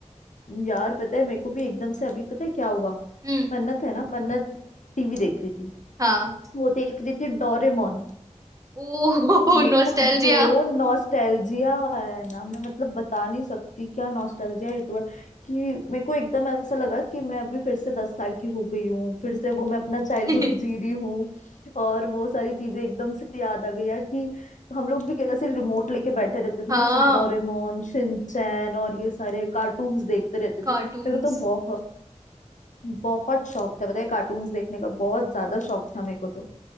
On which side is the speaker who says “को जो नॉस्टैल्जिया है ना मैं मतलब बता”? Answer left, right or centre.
Left